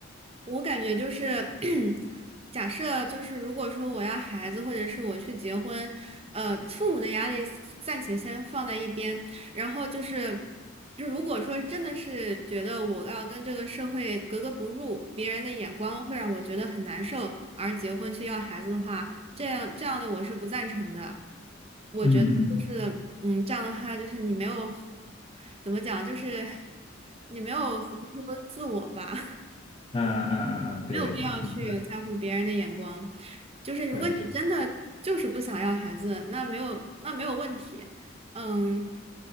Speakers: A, on the right; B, on the left.
A: 我感觉就是，<clears throat> 假设就是如果说我要孩子，或者是我去结婚，呃，父母的压力暂且先放在一边，然后就是，就如果说真的是觉得我要跟这个社会格格不入，别人的眼光会让我觉得很难受，而结婚去要孩子的话，这样这样的我是不赞成的。我觉得就是，
B: 嗯嗯嗯
A: 嗯，这样的话就是你没有，怎么讲，就是你没有活出自我吧。
B: 啊啊啊啊！对对对，
A: 没有必要去在乎别人的眼光。
B: 你说的
A: 就是如果你真的就是不想要孩子，
B: 对，
A: 那没有那没有问题，嗯。